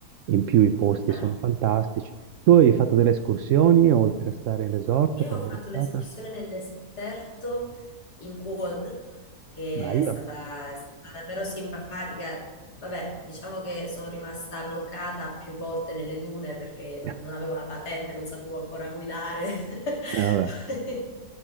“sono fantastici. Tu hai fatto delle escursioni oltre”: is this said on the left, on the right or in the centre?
Right